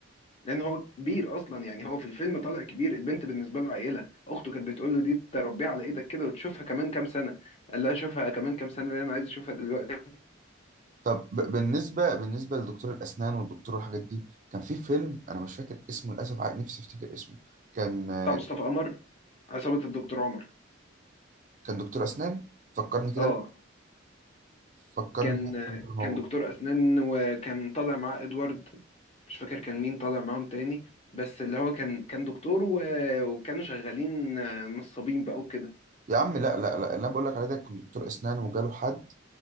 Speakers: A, on the left (about 30°); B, on the right (about 40°).
A: لان هو كبير اصلا يعني هو في الفيلم طالع كبير البنت بالنسبه له عيله اخته كانت بتقول له دي تربيها على ايدك كده وتشوفها كمان كام سنه قال لها شوفها كمان كام سنه ليه انا عايز اشوفها دلوقتي
B: طب ب- بالنسبه بالنسبه لدكتور الاسنان والدكتور والحاجات دي كان في فيلم انا مش فاكر اسمه للاسف عا- نفسي افتكر اسمه كان آه،
A: بتاع مصطفى قمر عصابه الدكتور عمر
B: كان دكتور اسنان فكرني كده
A: اه
B: بيه. فكرني
A: كان
B: بيه هو
A: كان دكتور اسنان وكان طالع معاه ادوارد مش فاكر كان مين طالع معاهم تاني بس اللي هو كان كان دكتور و... وكانوا شغالين آه، نصابين بقى وكده
B: يا عم لا لا لا اللي انا بقول لك عليه ده كان دكتور اسنان وجاله حد